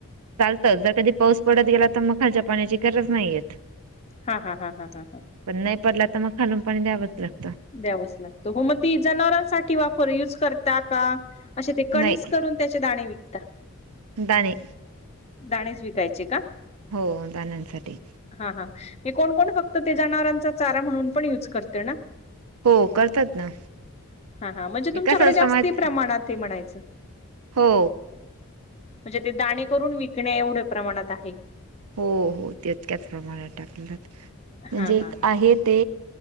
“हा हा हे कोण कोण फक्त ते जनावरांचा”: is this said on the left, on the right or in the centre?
Left